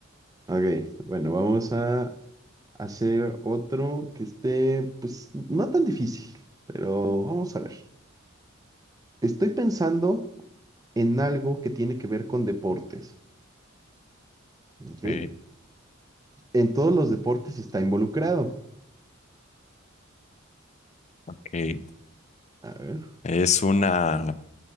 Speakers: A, on the right (about 20°); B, on the left (about 35°).
A: Ok, bueno, vamos a hacer otro que esté, pues, no tan difícil, pero vamos a ver. Estoy pensando en algo que tiene que ver con deportes, ¿ok?
B: Ok,
A: En todos los deportes está involucrado.
B: ok.
A: A ver.
B: Es una...